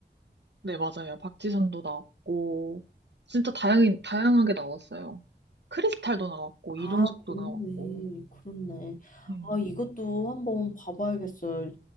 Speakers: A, on the right; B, on the left.
A: 네, 맞아요. 박지선도 나왔고, 진짜 다양히, 다양하게 나왔어요. 크리스탈도 나왔고,
B: 아,
A: 이종석도
B: 그렇네.
A: 나왔고.
B: 그렇네.
A: 네.
B: 아, 이것도 한번 봐봐야겠어요.